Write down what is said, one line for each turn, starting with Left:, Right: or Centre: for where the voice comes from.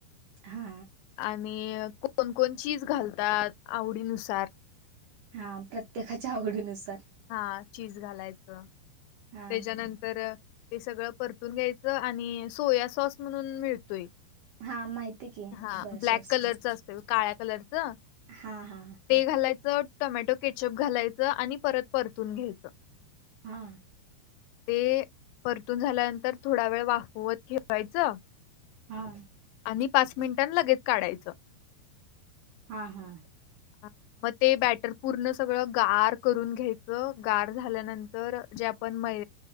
Right: हा
Left: आणि कोणकोण चीज घालतात आवडीनुसार
Right: हा प्रत्येकाच्या आवघडीनुसार
Left: हा चीज घालायचं
Right: हा
Left: त्याच्यानंतर ते सगळं परतून घ्यायचं आणि सोया सॉस म्हणून मिळतोय
Right: हा माहिती की
Left: हा
Right: सोया
Left: ब्लक
Right: सॉस
Left: कलर असत काळ्या कलरच
Right: हा हा
Left: ते घालायचं टोमॅटो केचअप घालायचं आणि परत परतून घ्यायचं
Right: हा
Left: ते परतून झाल्यानंतर थोडा वेळ वाहवत ठेवायचं
Right: हा
Left: आणि पाच मिनिटांनी लगेच काढायचं
Right: हा हा
Left: अ, मग ते बॅटर पूर्ण सगळं गार करून घ्यायचं गार झाल्यानंतर जे आपण मै